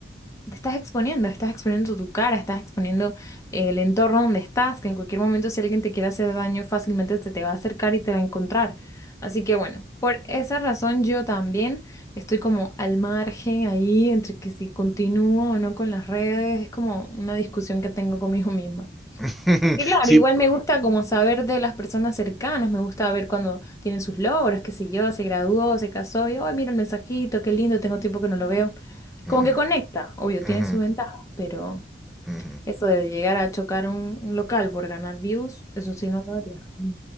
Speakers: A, on the left; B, in the centre.
A: te estás exponiendo, estás exponiendo tu cara, estás exponiendo eh, el entorno donde estás, que en cualquier momento si alguien te quiere hacer daño, fácilmente se te va a acercar y te va a encontrar. Así que bueno, por esa razón yo también estoy como al margen ahí entre que si continúo o no con las redes, es como una discusión que tengo conmigo misma.
B: <laughs>
A: Y claro,
B: Sí.
A: igual
B: p-
A: me gusta como saber de las personas cercanas, me gusta ver cuando tienen sus logros, qué sé yo, se graduó, se casó, y, ay, mira el mensajito, qué lindo, tengo tiempo que no lo veo. Como
B: ujú,
A: que conecta, obvio, tiene
B: ujú,
A: sus ventajas, pero
B: ujú.
A: eso de llegar a chocar un, un local por ganar views, eso sí no lo haría. Mm.